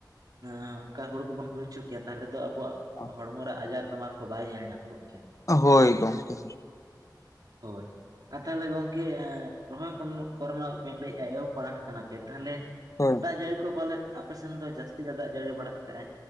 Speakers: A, on the right; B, on the left.
A: ᱟ ᱚᱱᱠᱟ ᱦᱩᱲᱩ ᱠᱚᱵᱚᱱ ᱦᱩᱭᱼᱼ ᱚᱪᱩ ᱠᱮᱭᱟ ᱛᱟᱦᱚᱞᱮ ᱫᱚ ᱟᱵᱚᱣᱟᱜ
B: ᱦᱳᱭ
A: ᱦᱚᱲᱢᱚ ᱨᱮ ᱟᱡᱟᱨ ᱵᱮᱢᱟᱨ ᱠᱚ ᱵᱟᱭ ᱧᱮᱞ ᱧᱟᱢ ᱠᱚᱜ ᱠᱮᱭᱟ᱾
B: ᱦᱳᱭ ᱜᱚᱢᱠᱮ
A: ᱦᱳᱭ ᱟᱨ ᱛᱟᱦᱚᱞᱮ ᱜᱚᱝᱠᱮ ᱮᱸ ᱨᱚᱦᱚᱭ ᱠᱷᱚᱼᱼ ᱠᱚᱨᱱᱟ ᱵᱮᱱ ᱞᱟᱹᱭᱮᱫᱼᱟ ᱮᱦᱚᱵ ᱵᱟᱲᱟ ᱟᱠᱟᱱᱟ ᱯᱮ ᱛᱟᱦᱚᱞᱮ
B: ᱦᱳᱭ
A: ᱫᱟᱜ ᱡᱟᱹᱲᱤ ᱠᱚ ᱯᱟᱞᱮ ᱟᱯᱮᱥᱮᱱ ᱫᱚ ᱡᱟᱹᱥᱛᱤ ᱜᱮ ᱫᱟᱜ ᱡᱟᱹᱲᱤ ᱵᱟᱲᱟ ᱠᱟᱜᱼᱟᱭ